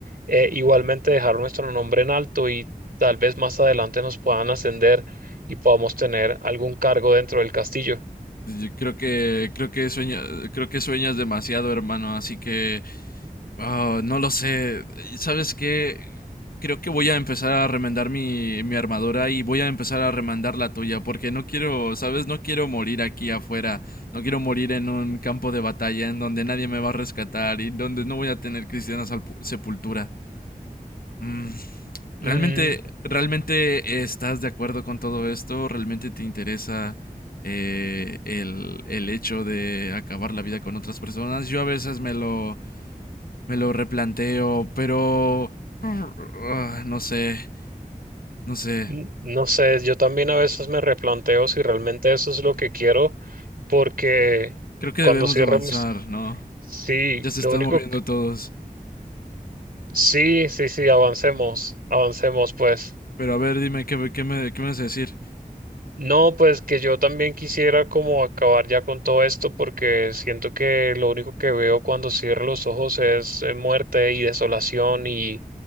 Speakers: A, on the right (about 75°); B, on the left (about 75°).
A: eh, igualmente dejar nuestro nombre en alto y tal vez más adelante nos puedan ascender y podamos tener algún cargo dentro del castillo.
B: yo creo que creo que sueña, creo que sueñas demasiado, hermano, así que Ah, no lo sé. ¿Sabes qué? Creo que voy a empezar a remendar mi, mi armadura y voy a empezar a remendar la tuya, porque no quiero, ¿sabes? No quiero morir aquí afuera. No quiero morir en un campo de batalla en donde nadie me va a rescatar y donde no voy a tener cristiana salpu- sepultura. Mm, ¿Realmente,
A: Mm,
B: realmente estás de acuerdo con todo esto? ¿Realmente te interesa eh, el, el hecho de acabar la vida con otras personas? Yo a veces me lo me lo replanteo, pero... ah, no sé, no sé.
A: Mm, No sé, yo también a veces me replanteo si realmente eso es lo que quiero, porque
B: Creo que
A: cuando
B: debemos
A: cierro
B: de avanzar,
A: mis...
B: ¿no?
A: Sí,
B: Ya se
A: lo
B: están
A: único...
B: moviendo
A: que-
B: todos.
A: Sí, sí, sí, avancemos, avancemos, pues.
B: Pero a ver, dime, ¿qué, qué me, qué me vas a decir?
A: No, pues que yo también quisiera como acabar ya con todo esto, porque siento que lo único que veo cuando cierro los ojos es eh, muerte y desolación y